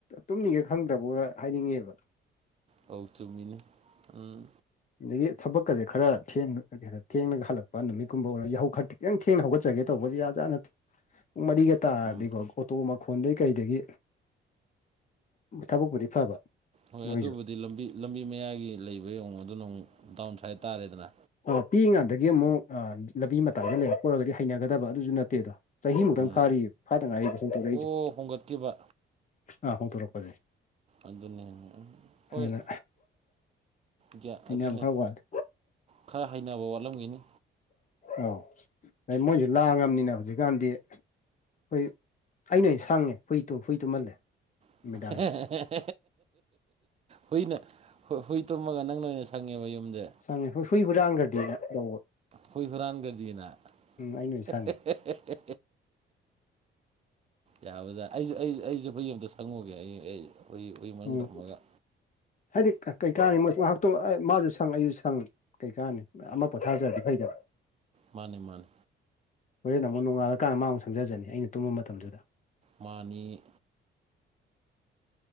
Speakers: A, on the left; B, on the right.
A: ꯇꯨꯝꯅꯤꯒ ꯈꯪꯗꯕꯒ ꯍꯥꯏꯅꯤꯡꯉꯦꯕ ꯫
B: ꯑꯧ ꯆꯨꯝꯃꯤꯅꯤ ꯎꯝ
A: ꯑꯗꯒꯤ ꯊꯕꯛꯀꯁꯦ ꯈꯔ ꯊꯦꯡꯅ ꯊꯦꯡꯅꯒ ꯍꯜꯂꯛꯄ ꯅꯨꯃꯤꯠꯀꯨꯝꯕ ꯑꯣꯏꯔ ꯌꯥꯍꯧ ꯈꯤꯇꯪ ꯊꯦꯡꯅ ꯍꯧꯒꯠ ꯆꯠꯆꯒꯦ ꯇꯧꯕꯁꯦ ꯌꯥ ꯖꯥꯠ ꯅꯠꯇꯦ ꯄꯨꯡ ꯃꯔꯤꯒ ꯇꯥꯔꯗꯤꯀꯣ
B: ꯎꯝ
A: ꯑꯣꯇꯣ ꯈꯣꯟꯗꯒꯤ ꯀꯩꯗꯒꯤ ꯊꯕꯛꯄꯨꯗꯤ ꯐꯕ
B: ꯍꯣꯏ
A: ꯃꯣꯏꯁꯨ
B: ꯑꯗꯨꯕꯨꯗꯤ ꯂꯝꯕꯤ-ꯂꯝꯕꯤ ꯃꯌꯥꯏꯒꯤ ꯂꯩꯕ ꯌꯦꯡꯉꯨꯗ ꯅ ꯗꯥꯎꯟ ꯁꯥꯏꯠ ꯇꯥꯔꯦꯗꯅ
A: ꯑ ꯄꯤꯛꯏꯉꯥꯗꯒꯤ ꯑꯃꯨꯛ ꯂꯝꯕꯤ ꯃꯇꯥꯏꯗ ꯂꯩꯔꯛꯄ ꯑꯣꯏꯔꯒꯗꯤ ꯍꯩꯅꯒꯗꯕ ꯑꯗꯨꯁꯨ ꯅꯠꯇꯦꯗꯣ ꯆꯍꯤꯃꯨꯛꯇꯪ
B: ꯎꯝ
A: ꯐꯥꯔꯤꯑꯕ ꯐꯥꯗ ꯉꯥꯏ ꯍꯣꯡꯗꯣꯔꯛꯏꯁꯦ
B: ꯑꯣ ꯍꯣꯡꯒꯠꯈꯤꯕ
A: ꯑꯥ ꯍꯣꯡꯇꯣꯔꯛꯄꯁꯦ
B: ꯑꯗꯨꯅꯦꯅꯦ
A: ꯑꯗꯨꯅ
B: ꯍꯣꯏ ꯀꯌꯥ
A: ꯍꯩꯅꯕ
B: ꯑꯗꯨꯅꯦ
A: ꯈꯔ ꯋꯥꯠꯂꯦ
B: ꯈꯔ ꯍꯩꯅꯕ ꯋꯥꯠꯂꯝꯈꯤꯅꯤ
A: ꯑꯧ ꯃꯣꯏꯁꯨ ꯂꯥꯡꯉꯕꯅꯤꯅ ꯍꯧꯖꯤꯛꯀꯥꯟꯗꯤ ꯍꯨꯏ ꯑꯩꯅ ꯑꯣꯏꯅ ꯁꯥꯡꯉꯦ ꯍꯨꯏ ꯍꯨꯏ ꯇꯨꯝꯍꯜꯂꯦ
B: <unintelligible>
A: ꯅꯨꯃꯤꯗꯥꯡꯁꯦ
B: ꯍꯨꯏꯅ ꯍꯨꯏ ꯇꯨꯝꯃꯒ ꯅꯪ ꯅ ꯑꯣꯏꯅ ꯁꯪꯉꯦꯕ ꯌꯨꯝꯁꯦ
A: ꯆꯪꯉꯦ ꯍꯣꯏ ꯍꯨꯏ ꯍꯨꯔꯥꯡꯈ꯭ꯔꯗꯤꯅ ꯇꯧꯕ
B: ꯍꯨꯏ ꯍꯨꯔꯥꯟꯒꯗꯤꯅ
A: ꯎꯝ ꯑꯩꯅ ꯑꯣꯏꯅ
B: ꯍ‌ꯦ
A: ꯁꯪꯉꯦ
B: ꯍ‌ꯦ‌ ꯍ‌ꯦ ꯍ‌ꯦ ꯌꯥꯕꯖꯥ ꯑꯩꯁꯨ ꯑꯩ ꯑꯩꯁꯨ ꯍꯨꯏ ꯑꯃꯇ ꯁꯪꯉꯨꯒꯦ ꯑꯩ ꯑꯩ ꯍꯨꯏ <unintelligible>
A: ꯎꯝ ꯍꯥꯏꯗꯤ ꯀꯩꯀꯥꯅꯩ ꯃꯥꯁꯨ ꯁꯪ ꯑꯩꯁꯨ ꯁꯪ ꯀꯩꯀꯥꯅꯤ ꯑꯃ ꯄꯣꯊꯥꯔꯖꯔꯗꯤ ꯐꯩꯗꯅ
B: ꯃꯥꯅꯦ ꯃꯥꯅꯦ
A: ꯍꯣꯔꯦꯟ ꯅ ꯑꯃꯨꯛ ꯅꯣꯡꯉꯥꯜꯂꯀꯥꯟꯗ ꯃꯥ ꯑꯃꯨꯛ ꯁꯪꯖꯅꯤ ꯑꯩꯅ ꯇꯨꯝꯕ ꯃꯇꯝꯗꯨꯗ
B: ꯃꯥꯅꯤ